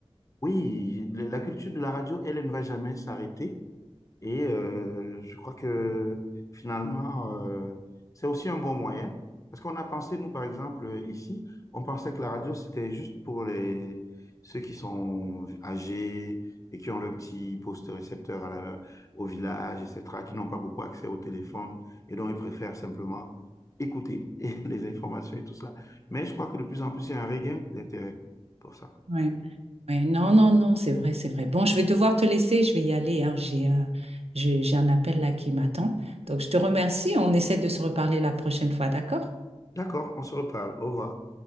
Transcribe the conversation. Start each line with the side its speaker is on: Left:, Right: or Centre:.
Left: Oui, le- la culture de la radio, elle, elle ne va jamais s'arrêter. Et euh, je crois que finalement, euh, c'est aussi un bon moyen. Parce qu'on a pensé, nous, par exemple, ici, on pensait que la radio, c'était juste pour les, ceux qui sont âgés et qui ont le petit poste récepteur à la, au village, et cetera, qui n'ont pas beaucoup accès au téléphone et dont ils préfèrent simplement écouter <laughs> et les informations et tout ça. Mais je crois que de plus en plus, il y a un regain d'intérêt pour ça.
Right: Ouais, ouais, non, non, non, c'est vrai, c'est vrai. Bon, je vais devoir te laisser, je vais y aller, hein, j'ai euh, j'ai j'ai un appel là qui m'attend. Donc, je te remercie, on essaie de se reparler la prochaine fois, d'accord?
Left: D'accord, on se reparle. Au revoir.